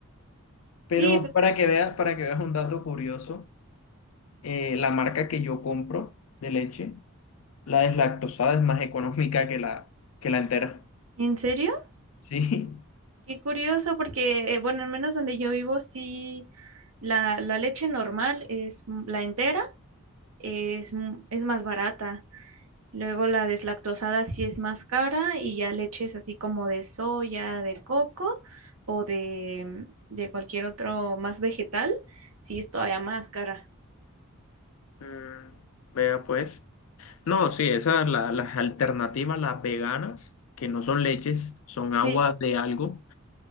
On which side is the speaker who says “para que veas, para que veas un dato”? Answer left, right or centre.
Left